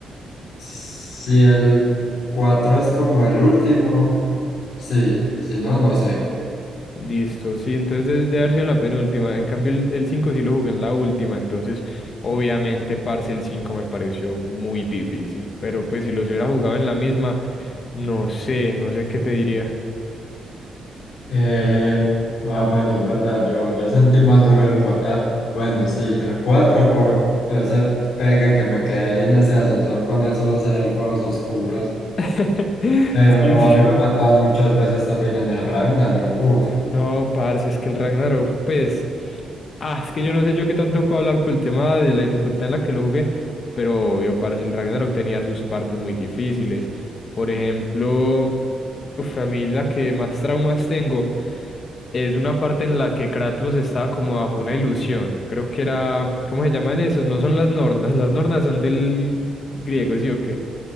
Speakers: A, on the left; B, on the left.
A: Si el 4 es como el último, sí, si no, no sé.
B: Listo, sí, entonces de- debe haber sido en la penúltima. En cambio, el, el 5 sí lo jugué en la última, entonces obviamente, parce, el 5 me pareció muy difícil, pero pues si los hubiera jugado en la misma, no sé, no sé qué te diría.
A: Eh, ah, bueno, es verdad, yo, yo sentí más duro el 4. bueno, sí, el 4 por ese pegue que me quedé ahí en ese ascensor con esos elfos oscuros.
B: <laughs>
A: Pero
B: Sí, sí.
A: a mí me mataban muchas veces también en el Ragnarok, uff.
B: No, parce, es que el Ragnarok, pues, ah, es que yo no sé yo qué tanto puedo hablar por el tema de la dificultad en la que lo jugué, pero yo, parce, el Ragnarok tenía sus partes muy difíciles. Por ejemplo, uf, a mí la que más traumas tengo es una parte en la que Kratos estaba como bajo una ilusión. Creo que era, ¿cómo se llaman esos? No son las nornas, las nornas son del griego, ¿sí o qué?